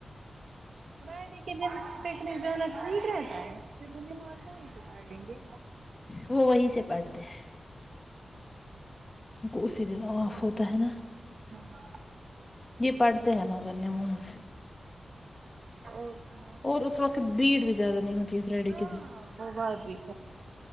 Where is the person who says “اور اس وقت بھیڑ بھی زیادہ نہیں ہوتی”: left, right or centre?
Left